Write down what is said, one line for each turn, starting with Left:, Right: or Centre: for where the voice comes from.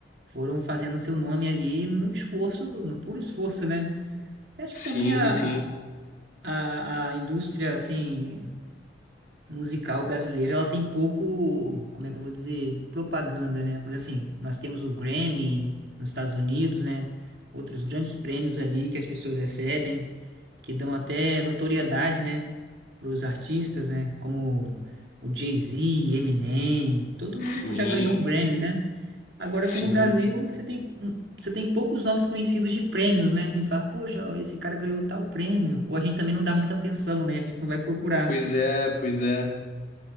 Right: foram fazendo seu nome ali no esforço, no puro esforço, né? Eu acho
Left: Sim,
Right: que também a,
Left: sim.
Right: a, a indústria, assim, musical brasileira, ela tem pouco, como é que eu vou dizer, propaganda, né? Por exemplo, assim, nós temos o Grammy nos Estados Unidos, né? Outros grandes prêmios ali que as pessoas recebem que dão até notoriedade, né, para os artistas, né, como o Jay-Z, Eminem, todo mundo
Left: Sim,
Right: já ganhou um Grammy, né? Agora
Left: sim.
Right: aqui no Brasil você tem hum, você tem poucos nomes conhecidos de prêmios, né? Que a gente fala, poxa, ó, esse cara ganhou tal prêmio. Ou a gente também não dá muita atenção, né? A gente não vai procurar.
Left: Pois é, pois é.